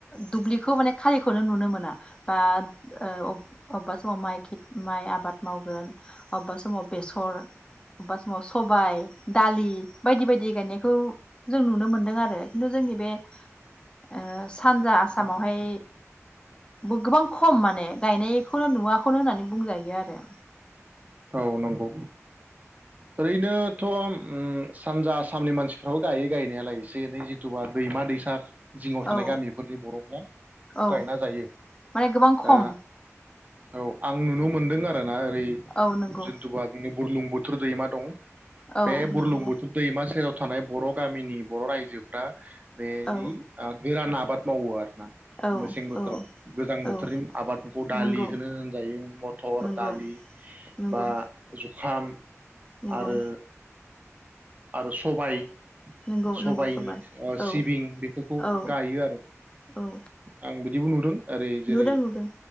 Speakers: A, on the left; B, on the right.
A: दुब्लि खौ माने खारिखौनो नुनो मो बा ओ अबेबा समाव माइ <unintelligible> माइ आबाद मावगोन अबेबा समाव बेसर बबा समाव सबाय दालि। बायदि बायदि गायनायखौ जों नुनो मोन्दों आरो खिन्थु जोंनि बे ओ सानजा आसामावहाय गोबां खम माने गायनाय खौनो नुवाखौनो होननानै बुंजायो आरो।
B: औ नंगौ ओरैनोथ' सानजा आसामनि मानसिफ्राबो गायो गायनायालाय एसे एनै जिथुबा दैमा दैसा। जिङाव थानाय
A: औ
B: गामिफोरनि बर'फ्रा बेखौ
A: औ
B: गायना जायो
A: माने गोबां खम
B: दा औ आं नुनो मोनदों आरो। ना ओरै
A: औ नंगौ
B: जेनथ'बा जोंनि बरलुं बु दैमा दं
A: औ
B: बे बुरलुंबुथुर
A: नंगौ
B: दैमा सेराव थानाय बर' गामिनि बर' रायजोफ्रा <unintelligible> गोरान
A: औ
B: आबाद मावो आरो।
A: औ
B: मेसें बोथोराव
A: औ
B: गोजां बोथोरनि
A: औ
B: आबादफोरखौ दालिखौनो
A: नंगौ
B: होनजायो मथर
A: नंगौ
B: दालि
A: नंगौ
B: बा <unintelligible>
A: नंगौ
B: आरो आरो सबाय
A: नंगौ
B: सबायनि
A: नंगौ सबाय
B: सिबिं
A: औ
B: बेफोरखौ
A: औ
B: गायो आरो
A: औ
B: आं बिदिबो नुदों ओरै जेरै
A: नुदों नुदों